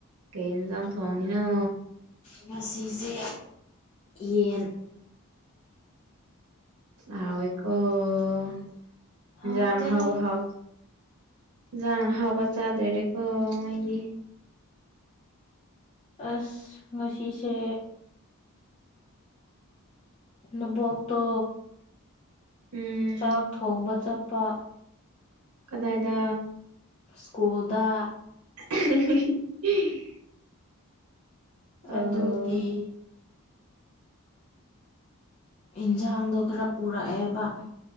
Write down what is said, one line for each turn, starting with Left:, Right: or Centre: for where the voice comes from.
Right: ꯀꯅ ꯆ ꯊꯣꯡꯉꯅꯣ
Left: ꯉꯁꯤꯁꯦ ꯌꯦꯟ
Right: ꯍꯥꯎ ꯑꯩ
Left: ꯍꯥꯎꯇꯦꯗ
Right: ꯌꯥ ꯍꯕ ꯍꯥꯎ ꯌꯥ ꯍꯥꯕ ꯆꯥꯗ ꯑꯣꯏꯔꯦꯀ ꯃꯣꯏꯗꯤ
Left: ꯑꯁ ꯉꯁꯤꯁꯦ ꯅꯕꯣꯛꯇꯣ
Right: ꯎꯝ
Left: ꯆꯥꯛ ꯊꯣꯡꯕ ꯆꯠꯄ
Right: ꯀꯗꯥꯏꯗ
Left: ꯁ꯭ꯀꯨꯜꯗ
Right: <unintelligible> <unintelligible> ꯑꯣ
Left: ꯑꯗꯨꯒꯤ ꯏꯟꯖꯥꯡꯗꯣ ꯈꯔ ꯄꯨꯔꯛꯑꯦꯕ